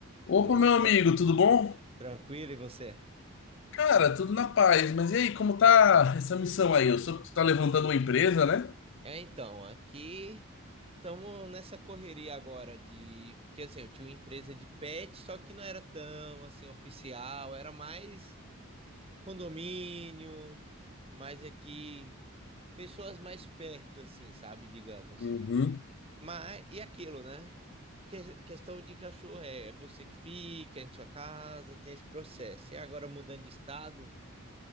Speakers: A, on the left; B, on the right.
A: Opa,
B: Opa,
A: meu amigo, tudo bom?
B: tranquilo e você?
A: Cara, tudo na paz. Mas e aí, como tá essa missão aí? Eu soube que tu tá levantando uma empresa, né?
B: É, então, aqui estamos nessa correria agora de porque assim, eu tinha uma empresa de pet, só que não era tão assim oficial, era mais condomínio, mais aqui pessoas mais perto assim, sabe, digamos.
A: Uhum.
B: Mas e aquilo, né? Que- questão de cachorro é, é você que fica em sua casa, tem esse processo. E agora mudando de estado,